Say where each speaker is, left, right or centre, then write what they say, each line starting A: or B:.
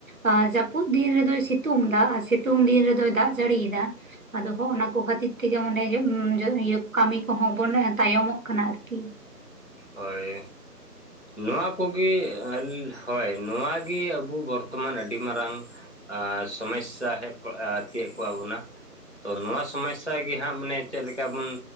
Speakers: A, on the right (about 55°); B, on the left (about 45°).
A: ᱟᱨ ᱡᱟᱹᱯᱩᱫ ᱫᱤᱱ ᱨᱮᱫᱚᱭ ᱥᱤᱛᱩᱝᱫᱟ ᱟᱨ ᱥᱤᱛᱩᱝ ᱫᱤᱱ ᱨᱮᱫᱚᱭ ᱫᱟᱜ ᱡᱟᱹᱲᱤᱭᱮᱫᱟ ᱟᱫᱚ ᱦᱚᱸᱜᱼᱱᱟ ᱠᱚ ᱠᱷᱟᱹᱛᱤᱨ ᱛᱮᱜᱮ ᱢᱟᱱᱮ ᱤᱭᱟᱹ ᱠᱟᱹᱢᱤ ᱠᱚᱦᱚᱸ ᱵᱚᱱ ᱛᱟᱭᱚ ᱢᱚᱜ ᱠᱟᱱᱟ ᱟᱨᱠᱤ,
B: ᱦᱳᱭ ᱱᱚᱣᱟ ᱠᱚᱜᱮ ᱟᱹᱞ, ᱦᱳᱭ ᱱᱚᱣᱟᱜᱮ ᱟᱵᱩ ᱵᱚᱨᱛᱚᱢᱟᱱ ᱟᱹᱰᱤ ᱢᱟᱨᱟᱝ ᱟᱨ ᱥᱚᱢᱚᱥᱥᱟ ᱦᱮᱡ ᱮᱻ ᱛᱤᱭᱳᱜ ᱠᱚᱣᱟᱜ ᱵᱚᱱᱟ, ᱛᱚ ᱱᱚᱣᱟ ᱥᱚᱢᱚᱥᱥᱟ ᱜᱮ ᱦᱟᱸᱜ ᱢᱟᱱᱮ ᱪᱮᱫ ᱞᱮᱠᱟ ᱵᱚᱱ